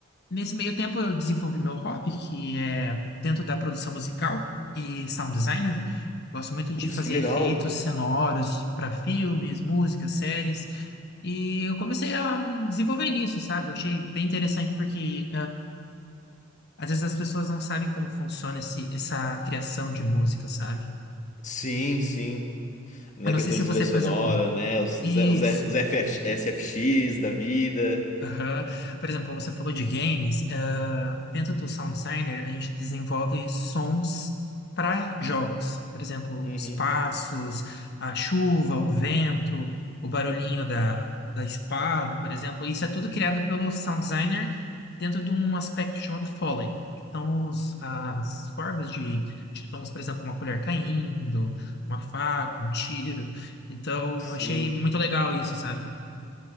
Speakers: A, on the left; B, on the left.
A: nesse meio tempo eu desenvolvi meu hobby, que é dentro da produção musical e sound designer. Gosto muito
B: Putz,
A: de fazer
B: que legal.
A: efeitos sonoros para filmes, músicas, séries. E eu comecei a me desenvolver nisso, sabe? Eu achei bem interessante porque às vezes as pessoas não sabem como funciona esse, essa criação de música, sabe?
B: Sim, sim. Na
A: Eu não
B: questão
A: sei se
B: de
A: você,
B: trilha sonora,
A: por exemplo,
B: né? Os, os,
A: isso.
B: os, os FF SFX da vida.
A: Aham. Por exemplo, você falou de games. ah, dentro
B: Uhum.
A: do Sound Designer, a gente desenvolve sons para jogos. Por exemplo,
B: Uhum.
A: os passos, a chuva, o vento, o barulhinho da, da espada, por exemplo. Isso é tudo criado pelo Sound Designer dentro de um aspecto chamado Foley. São os- as formas de, de sons, por exemplo, uma colher caindo, uma faca, um tiro. Então,
B: Sim.
A: eu achei muito legal isso, sabe?